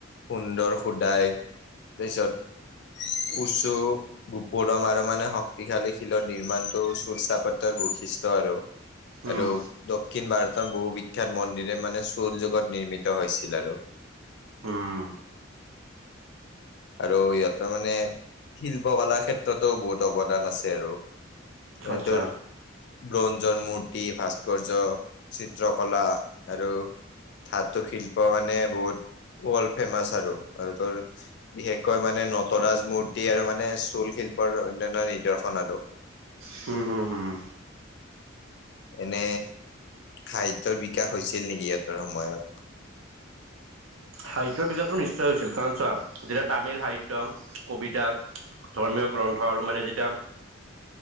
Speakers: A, on the left; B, on the right.
A: সুন্দৰ শোদাই তাৰপিছত উচু গুপুৰম আৰু মানে শক্তিশালী শিলৰ নিৰ্মাণটো চুল চাপত্ৰৰ বৈশিষ্ট আৰু।
B: উম
A: আৰু দক্ষিণ ভাৰতৰ বহু বিখ্যাত মন্দিৰে মানে চুৰ যুগত নিৰ্মিত হৈছিল আৰু।
B: উম
A: আৰু ইহতেৰ মানে শিল্প কাৰ ক্ষেত্ৰতোও বহুত অৱদান আছে আৰু। ইহঁতৰ
B: আচ্ছা
A: ব্ৰঞ্জৰ মূৰ্তি, ভাস্কৰ্য, চিত্ৰকলা আৰু ধাতু শিল্প মানে বহুত ৱৰ্ল্ড ফেমাচ আৰু। আৰু তোৰ বিশেষকৈ মানে নটৰাজ মূৰ্তি আৰু মানে চুল শিল্পৰ অনান্য নিৰ্দেশন আৰু।
B: হম হুম হুম।
A: এনে খাদ্যৰ বিকাশ হৈছিল নেকি ইহঁতৰ সময়ত?
B: সাহিত্যৰ বিকাশটো নিশ্চয় হৈছিল, কাৰণ চোৱা যেতিয়া তামিল সাহিত্য, কবিতা ধৰ্মীয় গ্ৰন্থ আৰু মানে যেতিয়া,